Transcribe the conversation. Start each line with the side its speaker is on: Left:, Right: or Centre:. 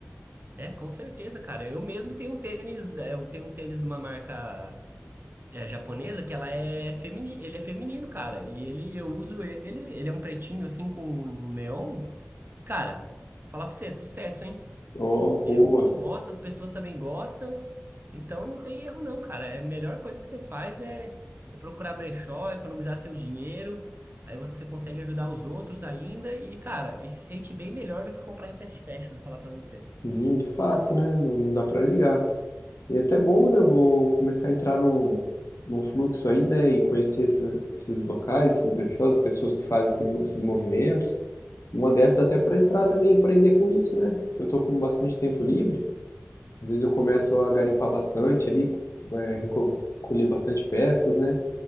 Right: É, com certeza, cara. Eu mesmo tenho um tênis, é, eu tenho um tênis de uma marca é, japonesa que ela é feminino, ele é feminino, cara. E ele eu uso ele, ele é um pretinho assim com neon. E cara, falar pra você, é sucesso, hein?
Left: Ó, boa.
Right: Eu uso, gosto, as pessoas também gostam. Então não tem erro não, cara. É a melhor coisa que você faz é, é procurar brechó, economizar seu dinheiro. Aí você consegue ajudar os outros ainda e, cara, e se sente bem melhor do que comprar em fast fashion, vou falar pra você.
Left: Sim, de fato, né? Não, não dá pra negar. E é até bom, né? Eu vou começar a entrar num, num fluxo aí, né? E conhecer esse- esses locais, esses brechós, pessoas que fazem esse mo- esses movimentos. Numa dessas dá até pra entrar também e empreender com isso, né? Porque eu tô com bastante tempo livre. Às vezes eu começo
Right: Sim.
Left: a garimpar bastante ali, é, recolher bastante peças, né?